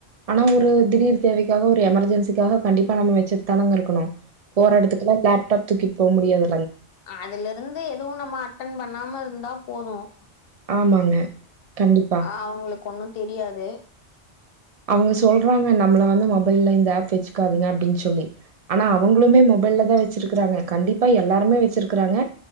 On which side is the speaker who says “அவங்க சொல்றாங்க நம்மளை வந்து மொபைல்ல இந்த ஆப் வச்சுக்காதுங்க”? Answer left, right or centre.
Right